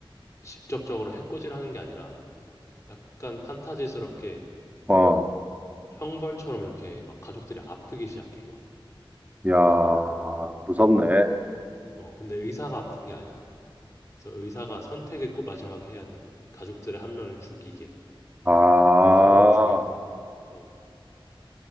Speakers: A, on the left; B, on the right.
A: 직접적으로 해코지를 하는 게 아니라 약간 판타지스럽게
B: 어,
A: 막 형벌처럼 이렇게 막 가족들이 아프기 시작해 막.
B: 야, 무섭네.
A: 어, 어, 근데 의사가 아픈 게 아니야. 그래서 의사가 선택을 꼭 마지막에 해야 돼. 가족들의 한 명을 죽이게.
B: 아.
A: 꼭 한 명을 죽여야 돼. 어.